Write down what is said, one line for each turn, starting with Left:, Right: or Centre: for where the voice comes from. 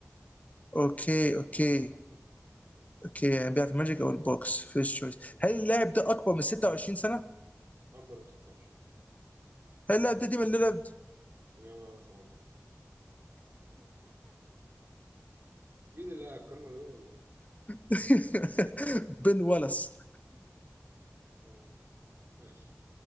Left: اوكي اوكي اوكي يعني بيلعب في الماجيك او البوكس فيرست تشويس
Right: مم.
Left: هل اللاعب ده اكبر من 26 سنة
Right: اكبر من 26 صح.
Left: هل اللاعب ده ديمون ليلارد
Right: اجابه صحيحه مين اللي قال الكلمه دول ولا-
Left: <laughs> بن والاس
Right: يعني ماشي